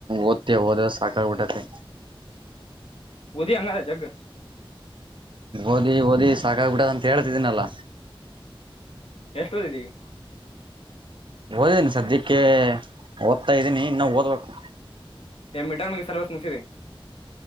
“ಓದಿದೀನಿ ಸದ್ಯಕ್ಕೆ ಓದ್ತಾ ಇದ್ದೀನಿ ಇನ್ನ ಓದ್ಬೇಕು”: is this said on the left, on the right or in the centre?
Right